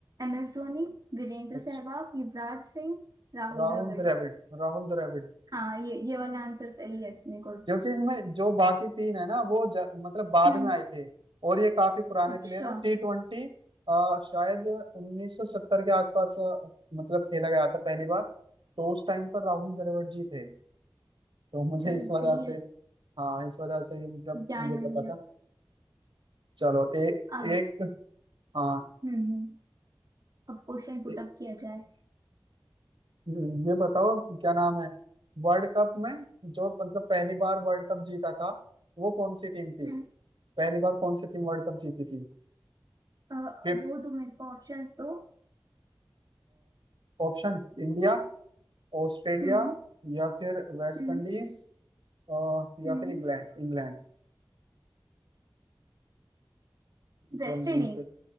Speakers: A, on the right; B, on the right.
A: M S Dhoni Virender
B: अच्छा
A: Sehwag Yuvraj Singh Rahul
B: राहुल
A: Dravid
B: द्रविड़ राहुल द्रविड़
A: हाँ ये ये वाला आंसर सही है इसमें गुड
B: क्योंकि इसमें जो बाकी तीन है ना वो ज, मतलब बाद
A: हम्म
B: में आए थे और ये काफी पुराने
A: अच्छा
B: प्लेयर हैं टी ट्वेंटी शायद 1970 के आसपास अ, मतलब खेला गया था पहली बार तो उस टाइम पर राहुल द्रविड़ जी थे तो मुझे
A: चलो
B: इस वजह
A: सही है
B: से हाँ इस वजह से ये मतलब
A: ज्ञान
B: मुझे
A: मिल
B: पता
A: गया
B: था चलो ए,
A: अब
B: एक हाँ
A: हम्म हम्म, अब क्वेश्चन पुट
B: ए,
A: अप किया जाए
B: ये बताओ क्या नाम है वर्ल्ड कप में जो मतलब पहली बार वर्ल्ड कप जीता था वो कौन सी टीम थी
A: हम्म।
B: पहली बार कौन सी टीम वर्ल्ड कप जीती थी
A: अ,
B: फिफ्थ
A: वो दो मेरे को ऑप्शंस दो
B: ऑप्शन इंडिया ऑस्ट्रेलिया
A: हम्म
B: या फिर वेस्ट
A: हम्म
B: इंडीज और या
A: हम्म
B: फिर इंग्लैंड इंग्लैंड
A: West
B: जल्दी
A: Indies
B: से